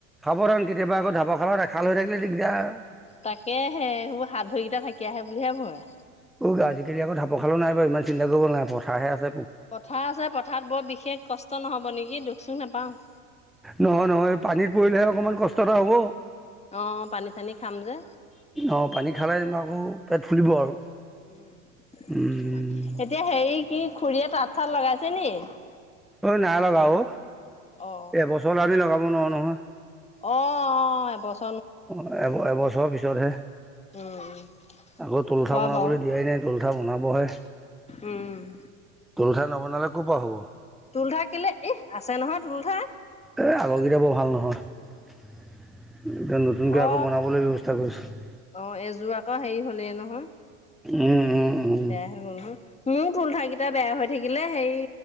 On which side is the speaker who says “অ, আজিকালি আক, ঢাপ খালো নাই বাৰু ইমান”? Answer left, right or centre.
Centre